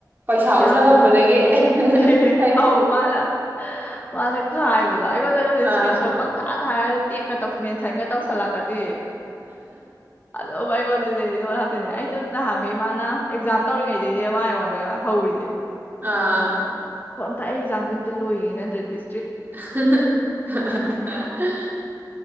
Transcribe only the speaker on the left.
ꯌꯥꯝ
ꯐꯪꯕ꯭ꯔ ꯅꯠꯇꯕ ꯏꯦ
ꯑꯧ ꯃꯥꯅ ꯃꯥꯅ ꯀ ꯍꯥꯏꯕꯗꯣ ꯑꯩꯉꯣꯟꯗꯒꯗꯤ ꯏꯁꯄꯤ
ꯁꯣ ꯄꯪꯊꯥ ꯊ ꯍꯥꯏꯔꯒ ꯇꯦꯛꯀ ꯇꯧ ꯃꯦꯟ ꯁꯥꯏꯟꯒ ꯇꯧꯁꯜꯂꯛꯀꯗꯤ ꯑꯗꯣ ꯥꯏꯣꯗꯗꯦ ꯏꯣ ꯍ ꯑꯗꯨꯅꯦ ꯑꯩꯗꯣ ꯅꯍꯥꯟꯈꯩ ꯃꯥꯅ ꯑꯦꯛꯖꯥꯝ ꯇꯧꯔꯤꯉꯩꯗꯩꯅꯦ ꯃꯥ ꯑꯩꯉꯣꯟꯗꯒ ꯍꯧꯔꯗ
ꯇ ꯑꯩ ꯑꯦꯛꯥꯝꯗꯨ ꯑꯝꯇ ꯂꯣꯏꯌꯦꯦꯅꯠꯇ꯭ꯔꯗꯤ